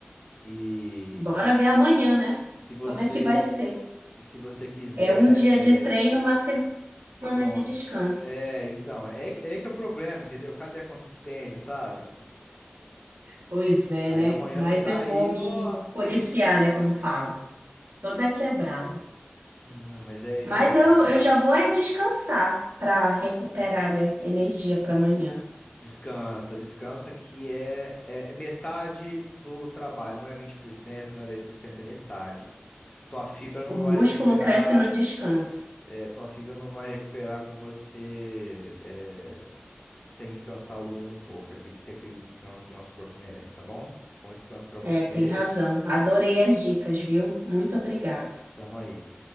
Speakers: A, on the left; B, on the right.
A: E,
B: Bora ver amanhã, né?
A: e se você,
B: Como é que vai ser?
A: e se você quiser.
B: É um dia
A: é,
B: de treino, uma semana
A: Pronto.
B: de descanso.
A: É, então, é, é aí que é o problema, entendeu? Cadê a consistência, sabe?
B: Pois é,
A: Aí
B: né?
A: amanhã
B: Mas
A: você tá
B: eu
A: aí,
B: vou me
A: nossa.
B: policiar, né? Como falo, toda quebrada.
A: Não, mas é
B: Mas
A: isso aí, cara.
B: eu, eu já vou é descansar para recuperar, né? Energia para amanhã.
A: Descansa, descansa que é, é é metade do trabalho, não é vinte por cento não é dez por cento é metade. Tua fibra não
B: O músculo
A: vai recuperar,
B: cresce no descanso.
A: é, tua fibra não vai recuperar com você é, sem descansar ou dormindo pouco. Tem que ter aquele descanso que o nosso corpo merece, tá bom? Bom descanso pra você.
B: É, tem razão. Adorei as dicas, viu? Muito obrigada.
A: Tamo aí.